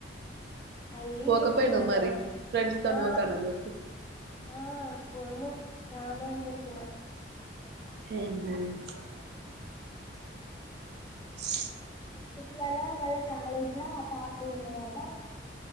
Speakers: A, on the left; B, on the right.
A: అయి
B: పోకపోయినవ్
A: ఇంకా దూరమా
B: మరి ఫ్రెండ్స్ తోని
A: ఆ
B: పోతానని చెప్పి
A: ఆ పోను రానని చేప్పిన
B: <unintelligible> <inaudible>
A: పండు ఇయ్యాలా వాళ్ళ కాలేజ్ ల పార్టీ ఉన్నదటా